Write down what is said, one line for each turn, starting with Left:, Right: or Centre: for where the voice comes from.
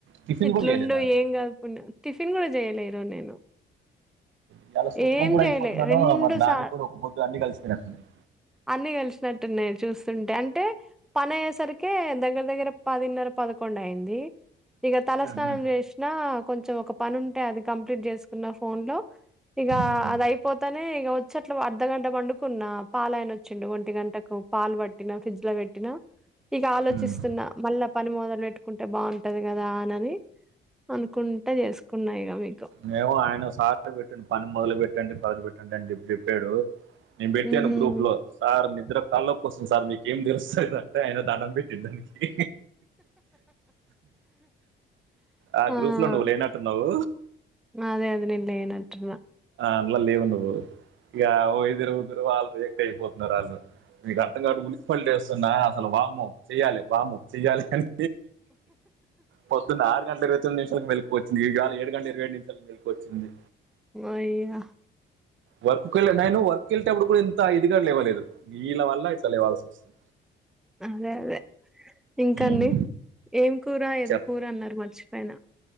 Right: టిఫిన్
Centre: ఇట్లుండు
Right: కూడా చేయలేదా
Centre: ఏం కాదు పుణ్యం టిఫిన్ కూడా చేయలేదు ఈరోజు నేను.
Right: ఇయాల సూత్తనం
Centre: ఏం
Right: కూడా
Centre: చేయలే
Right: అయిపోతుందాన్నవుగా
Centre: రెండు
Right: మరి దానికి
Centre: సా
Right: కూడా ఒక పొద్దు అన్ని కలిసిపోయినట్టున్నాయి.
Centre: అన్ని కలిసినట్టున్నాయి చూస్తుంటే అంటే పని అయ్యేసరికే దగ్గర దగ్గర పదిన్నర. పదకొండు అయింది ఇగ తలస్నానం
Right: ఉమ్, ఉమ్,
Centre: చేసిన. కొంచెం ఒక పని ఉంటే అది కంప్లీట్ చేసుకున్న ఫోన్ లో. ఇక
Right: ఉమ్,
Centre: అదైయిపోతనే ఇగ వచ్చి అట్లా ఓ అర్ధగంట పండుకున్న పాలయన. వచ్చిండు ఒంటి గంటకు పాలు పట్టినా ఫ్రిడ్జ్ లో పెట్టినా. ఇక ఆలోచిస్తున్నా
Right: ఉమ్,
Centre: మళ్ళా పని మొదలు పెట్టుకుంటే బాగుంటది కదాని. అనుకుంటా చేసుకున్నా ఇగ మీకు.
Right: మేము ఆయన సార్ పెట్టిండు పని మొదలు పెట్టండి మెదలు పెట్టండి అని చెప్పి చెప్పాడు. నేను పెట్టాను
Centre: ఉహు
Right: గ్రూప్ లో సార్ నిద్ర తలనొప్పి వస్తుంది సార్ మీకేమి తెలుస్తది అని. అయన దండం పెట్టిండు దానికి. ఆహ్
Centre: ఆ
Right: గ్రూప్ లో నువ్వు లేనట్టున్నావ్.
Centre: అదే అదే నేను లేనట్టున్న.
Right: అందులో నువ్వు ఇక ఇద్దురు ముగ్గురు వాళ్ళు రియాక్ట్ అయిపోతున్నారు అలు. మీకు అర్థం కావట్లే ఉలిక్కిపడి లేస్తున్నా అసలు వామో చెయాలి వామో చెయ్యాలి అని. పొద్దున్న ఆరు గంటల ఇరవై తొమ్మిదినిమిషాలకు వెెళుకువ వచ్చింది ఇవాళ ఏడు గంటల ఇరవై ఏడు నిమిషం. దగ్గు ఎక్కువ వచ్చింది
Centre: అయ్యా
Right: వర్క్ కు వెళ్లలేదు నాయనో. కెళ్ళటప్పుడు కూడా ఇంత ఇదిగా లేవలేదు వీళ్ళా వల్ల ఇట్లా లేవాల్సి వస్తుంది.
Centre: అదే అదే ఇంకాండి
Right: ఉమ్.
Centre: ఏం కూర ఏదో
Right: చెప్
Centre: కూర అన్నారు మార్చి. పోయిన.